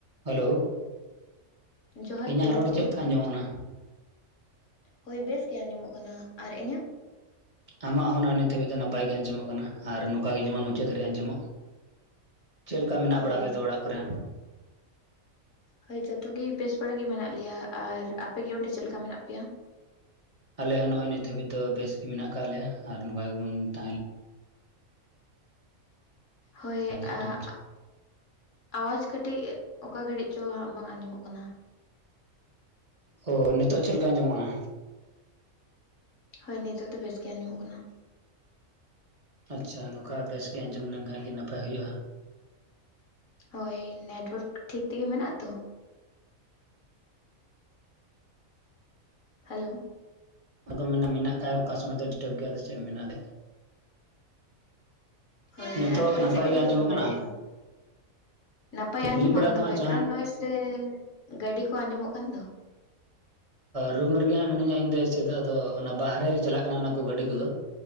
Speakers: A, on the right; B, on the left.
A: Hello
B: ᱡᱚᱦᱟᱨ
A: ᱤᱧᱟᱹᱜ
B: ᱜᱮ
A: ᱨᱚᱲ ᱪᱮᱫ ᱞᱮᱠᱟ ᱟᱸᱡᱚᱢᱚᱜ ᱠᱟᱱᱟ?
B: ᱦᱳᱭ ᱵᱮᱥ ᱜᱮ ᱟᱸᱡᱚᱢᱚᱜ ᱠᱟᱱᱟ ᱟᱨ ᱤᱧᱟᱹᱜ?
A: ᱟᱢᱟᱜ ᱦᱚᱸ ᱱᱚᱜ-ᱚᱭ ᱱᱤᱛᱚᱜ ᱦᱟᱹᱵᱤᱡ ᱫᱚ ᱱᱟᱯᱟᱭ ᱜᱮ ᱟᱸᱡᱚᱢᱚᱜ ᱠᱟᱱᱟ ᱟᱨ ᱱᱚᱝᱠᱟ ᱜᱮ ᱡᱮᱢᱚᱱ ᱢᱩᱪᱟᱹᱫ ᱫᱷᱟᱹᱨᱤᱡ ᱟᱸᱡᱚᱢᱚᱜ᱾ ᱪᱮᱫ ᱞᱮᱠᱟ ᱢᱮᱱᱟᱜ
B: ᱦᱳᱭ
A: ᱵᱟᱲᱟ ᱯᱮ ᱛᱚ ᱚᱲᱟᱜ ᱠᱚᱨᱮ?
B: ᱦᱳᱭ ᱡᱷᱚᱛᱚ ᱜᱮ ᱵᱮᱥ ᱵᱟᱲᱟ ᱜᱮ ᱢᱮᱱᱟᱜ ᱞᱮᱭᱟ᱾ ᱟᱨ ᱟᱯᱮ ᱜᱮ ᱚᱸᱰᱮ ᱪᱮᱫ ᱞᱮᱠᱟ ᱢᱮᱱᱟᱜ ᱯᱮᱭᱟ?
A: ᱟᱞᱮ ᱦᱚᱸ ᱱᱚᱜᱼᱚᱭ ᱱᱤᱛ ᱦᱟᱹᱵᱤᱡ ᱫᱚ ᱵᱮᱥ ᱜᱮ ᱢᱮᱱᱟᱜ ᱟᱠᱟᱫ ᱞᱮᱭᱟ ᱟᱨ ᱱᱚᱝᱠᱟ ᱜᱮᱵᱚᱱ ᱛᱟᱦᱮᱸ
B: ᱦᱳᱭ
A: ᱞᱮᱱᱠᱷᱟᱱ
B: ᱟᱻ
A: ᱟᱹᱰᱤ ᱱᱟᱯᱟᱭ
B: ᱟᱣᱟᱡ ᱠᱟᱹᱴᱤᱡ ᱚᱠᱟ ᱜᱷᱟᱹᱲᱤᱡ ᱪᱚ ᱦᱟᱸᱜ ᱵᱟᱝ ᱟᱸᱡᱚᱢᱚᱜ ᱠᱟᱱᱟ᱾
A: ᱳ ᱱᱤᱛᱚᱜ ᱪᱮᱫ ᱞᱮᱠᱟ ᱟᱸᱡᱚᱢᱚᱜ ᱠᱟᱱᱟ?
B: ᱦᱳᱭ ᱱᱤᱛᱳᱜ ᱫᱚ ᱵᱮᱥ ᱜᱮ ᱟᱸᱡᱚᱢᱚᱜ ᱠᱟᱱᱟ᱾
A: ᱟᱪᱪᱷᱟ ᱱᱚᱝᱠᱟ ᱵᱮᱥ ᱜᱮ ᱟᱸᱡᱚᱢ ᱞᱮᱱᱠᱷᱟᱡ ᱜᱮ ᱱᱟᱯᱟᱭ ᱦᱩᱭᱩᱜᱼᱟ᱾
B: ᱦᱳᱭ ᱱᱮᱴᱣᱟᱨᱠ ᱴᱷᱤᱠ ᱛᱮᱜᱮ ᱢᱮᱱᱟᱜ-ᱟ ᱛᱚ? ᱦᱮᱞᱳ
A: <inaudible> ᱟᱫᱚᱢ ᱢᱮᱱᱟ ᱢᱮᱱᱟᱜ ᱠᱟᱜᱼᱟ ᱚᱠᱟ ᱥᱚᱢᱚᱭ ᱫᱚ ᱰᱤᱥᱴᱟᱵ ᱜᱮᱭᱟ ᱟᱫᱚ ᱪᱮᱫ ᱮᱢ ᱢᱮᱱᱟ ᱮᱱᱛᱮ᱾
B: ᱦᱳᱭ
A: ᱱᱤᱛᱚᱜ
B: ᱟᱨ ᱛᱚᱵᱮ
A: ᱱᱟᱯᱟᱭ
B: ᱪᱮᱫ ᱠᱚᱯᱮ
A: ᱜᱮ ᱟᱸᱡᱚᱢᱚᱜ
B: ᱠᱟᱹᱢᱤ ᱵᱟᱲᱟᱭᱮᱜᱼᱟ?
A: ᱠᱟᱱᱟ
B: ᱱᱟᱯᱟᱭ
A: ᱠᱟᱹᱢᱤ
B: ᱟᱸᱡᱚᱢᱚᱜ
A: ᱵᱟᱲᱟ
B: ᱠᱟᱱᱟ
A: ᱫᱚ ᱦᱟᱸᱜ
B: ᱵᱮᱠᱜᱨᱟᱣᱩᱱᱰ
A: ᱡᱟᱦᱟᱸ
B: ᱱᱚᱭᱮᱥ ᱨᱮ ᱜᱟᱹᱰᱤ ᱠᱚ ᱟᱸᱡᱚᱢᱚᱜ ᱠᱟᱱ ᱫᱚ
A: ᱨᱩᱢ ᱨᱮᱜᱮ ᱦᱟᱸᱜ ᱢᱤᱱᱟᱹᱧᱟ ᱤᱧ ᱫᱚ ᱪᱮᱫ ᱟᱫᱚ ᱚᱱᱟ ᱵᱟᱦᱟᱨᱮ ᱨᱮ ᱪᱟᱞᱟᱜ ᱠᱟᱱᱟ ᱚᱱᱟ ᱠᱚ ᱜᱟᱹᱰᱤ ᱠᱚᱫᱚ᱾